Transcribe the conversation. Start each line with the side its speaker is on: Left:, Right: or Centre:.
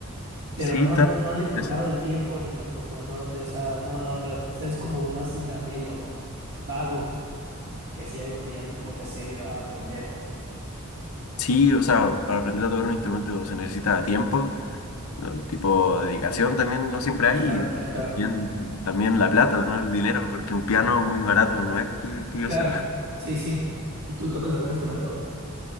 Right: Pero
Left: Sí,
Right: no,
Left: está.
Right: no, no le he encontrado
Left: es-
Right: el tiempo ni tampoco en dónde, o sea, no, no, no, o sea, es como más un anhelo vago que así algo que ya me ponga serio a aprender.
Left: Sí, o sea, para aprender a tocar un instrumento se necesita tiempo, ¿no? tipo dedicación también no siempre
Right: Bastante,
Left: hay y
Right: ajá.
Left: también, también la plata, ¿no? El dinero, porque un piano muy barato no es que, que
Right: Claro,
Left: yo sepa.
Right: sí, sí. ¿Y tú tocas algún instrumento?